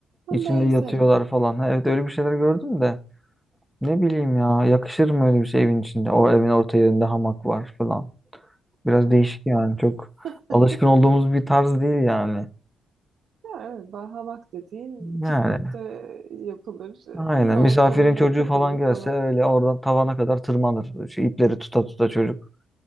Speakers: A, on the right; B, in the centre.
A: ama
B: İçinde
A: benzeri.
B: yatıyorlar falan. Ha, evet öyle bir şeyler gördüm de. Ne bileyim ya yakışır mı öyle bir şey evin içinde? O evin orta yerinde hamak var falan. Biraz değişik yani. Çok
A: <laughs>
B: alışkın olduğumuz bir tarz değil yani.
A: Ya evet, bah- hamak dediğin
B: Yani
A: piknikte yapılır,
B: aynen.
A: balkonla
B: Misafirin çocuğu
A: takılır
B: falan gelse
A: falan.
B: öyle oradan tavana kadar tırmanır. Şu ipleri tuta tuta çocuk.